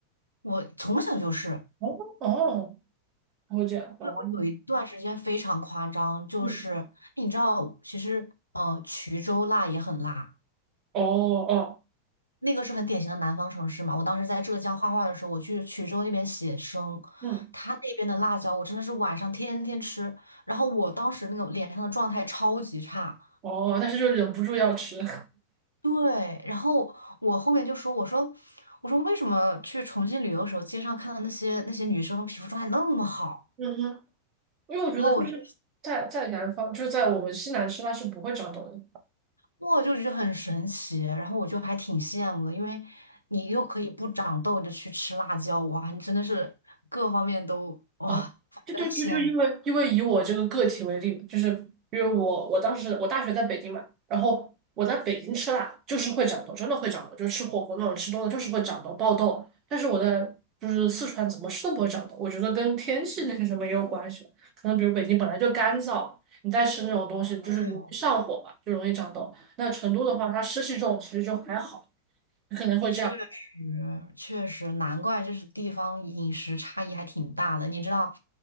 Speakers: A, on the left; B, on the right.
A: 我从小就是，
B: 哦哦，会这样哦，
A: 对，我有一段时间非常夸张，就是你知道，
B: 嗯，
A: 其实呃，衢州辣也很辣，
B: 哦哦，
A: 那个是很典型的南方城市嘛。我当时在浙江画画的时候，我去衢州那边写生，
B: 嗯。
A: 他那边的辣椒我真的是晚上天天吃，然后我当时那个脸上的状态超级差。
B: 哦，但是就忍不住要吃，<laughs>
A: 对，然后我后面就说，我说，我说为什么去重庆旅游的时候，街上看到那些那些女生皮肤状态那么好，
B: 嗯哼，因为我觉得就是在在南方，
A: 然后我就
B: 就是在我们西南吃，它是不会长痘的。
A: 哇，就觉得很神奇，然后我就还挺羡慕的，因为你又可以不长痘的去吃辣椒，哇，你真的是各方面都哇，
B: 啊，
A: <laughs> 反正很羡慕。
B: 就就就就因为因为以我这个个体为例嘛，就是因为我我当时我大学在北京嘛，然后我在北京吃辣就是会长痘，真的会长痘，就是吃火锅那种吃多了就是会长痘爆痘。但是我在就是四川怎么吃都不会长痘，我觉得跟天气那些什么也有关系吧。可能比如北京本来就干燥，你再吃那种东西就是容易上火吧，
A: 对
B: 就容易长痘。那成都的话，它湿气重，其实就还好，可能会。
A: 确实，确实，难怪就是地方饮食差异还挺大的。你知道，